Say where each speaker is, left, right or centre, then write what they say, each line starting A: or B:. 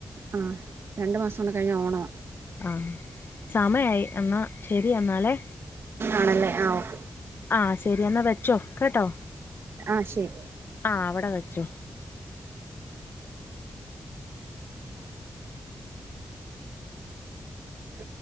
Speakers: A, on the right; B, on the left.
A: ആഹ് രണ്ട് മാസം കൂടെ കഴിഞ്ഞാ ഓണമാ
B: ആഹ് സമയായി എന്നാ ശെരി എന്നാലേ
A: ആണല്ലേ ആ ഓക്കെ
B: ആഹ് ശെരി എന്നാ വെച്ചോ കെട്ടോ
A: ആഹ് ശരി
B: ആഹ് അവടെ വെച്ചോ
A: ഉ